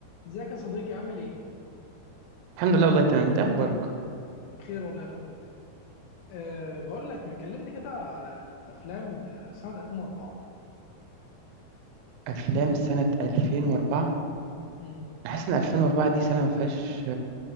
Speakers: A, on the left (about 80°); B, on the right (about 80°).
A: ازيك يا صديقي عامل ايه؟
B: الحمد لله والله تمام انت إيه اخبارك
A: بخير والله الحمد لله. أه بقول لك ما كلمني كده على الافلام آه، سنة 2004.
B: افلام سنة 2004
A: امم
B: انا حاسس ان 2004 دي سنة ما فيهاش